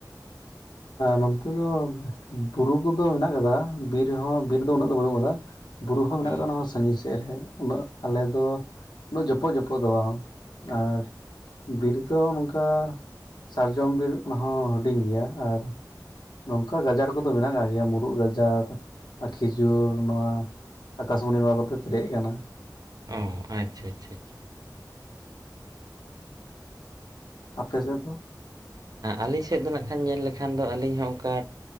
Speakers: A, on the left (about 80°); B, on the right (about 60°).
A: ᱱᱚᱛᱮ ᱫᱚ ᱵᱩᱨᱩ ᱠᱚᱫᱚ ᱢᱮᱱᱟᱜ ᱟᱠᱟᱫᱟ ᱵᱤᱨ ᱦᱚᱸ ᱵᱤᱨ ᱫᱚ ᱩᱱᱟᱹᱜ ᱫᱚ ᱵᱟᱹᱱᱩᱜ ᱟᱠᱟᱫᱟ ᱵᱩᱨᱩ ᱦᱚᱸ ᱢᱮᱱᱟᱜ
B: ᱚ
A: ᱟᱠᱟᱫᱟ ᱚᱱᱟ ᱥᱟᱜᱤᱧ ᱥᱮᱫ ᱨᱮ ᱩᱱᱟᱹᱜ ᱟᱞᱮ ᱫᱚ ᱩᱱᱟᱹᱜ ᱡᱚᱯᱚᱜᱼᱡᱚᱯᱚᱜ ᱫᱚ ᱵᱟᱝᱼᱟ ᱟᱨ ᱵᱤᱨ ᱫᱚ ᱱᱚᱝᱠᱟ ᱥᱟᱨᱡᱚᱢ ᱵᱤᱨ ᱚᱱᱟ ᱦᱚᱸ ᱦᱩᱰᱤᱧ ᱜᱮᱭᱟ ᱟᱨ ᱱᱚᱝᱠᱟ ᱜᱟᱡᱟᱲ ᱠᱚᱫᱚ ᱢᱮᱱᱟᱜ ᱟᱠᱟᱫ ᱜᱮᱭᱟ ᱢᱩᱨᱩᱫ ᱜᱟᱡᱟᱲ ᱠᱷᱤᱡᱩᱨ ᱱᱚᱣᱟ ᱟᱠᱟᱥᱢᱚᱱᱤ ᱱᱚᱣᱟ ᱠᱟᱛᱮ ᱯᱮᱨᱮᱡ ᱠᱟᱱᱟ
B: ᱚᱸᱻ ᱟᱪᱪᱷᱟ ᱟᱪᱪᱷᱟ ᱟᱪᱷᱟ
A: ᱟᱯᱮ ᱥᱮᱫ ᱫᱚ?
B: ᱟᱞᱮ‌ ᱥᱮᱫ ᱫᱚ ᱱᱟᱜ ᱠᱷᱟᱱ ᱧᱮᱞ ᱞᱮᱠᱷᱟᱱ ᱫᱚ ᱟᱹᱞᱤᱧ ᱦᱚᱸ ᱚᱱᱠᱟ᱾